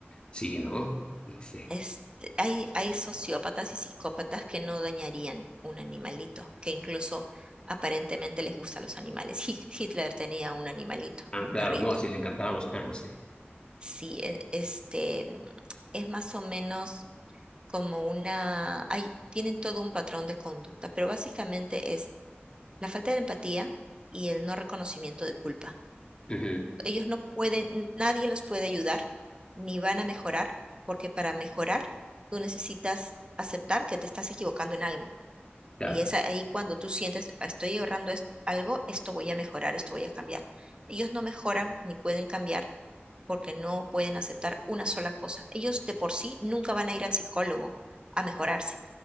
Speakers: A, on the left; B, on the right.
A: Sí, ¿no? No sé.
B: Este, hay, hay sociópatas y psicópatas que no dañarían un animalito, que incluso aparentemente les gustan los animales. Hi- Hitler tenía un animalito,
A: Ah,
B: un
A: claro,
B: perrito.
A: no, así le encantaban los perros, sí.
B: Sí, e- este, es más o menos como una... Hay, tienen todo un patrón de conducta, pero básicamente es la falta de empatía y el no reconocimiento de culpa.
A: Ujú,
B: ellos no pueden, nadie los puede ayudar, ni van a mejorar, porque para mejorar tú necesitas aceptar que te estás equivocando en algo.
A: Claro,
B: Y es ahí cuando tú sientes, "Ah, estoy ahorrando es- algo, esto voy a mejorar, esto voy a cambiar. Ellos no mejoran ni pueden cambiar porque no pueden aceptar una sola cosa. Ellos de por sí nunca van a ir al psicólogo a mejorarse.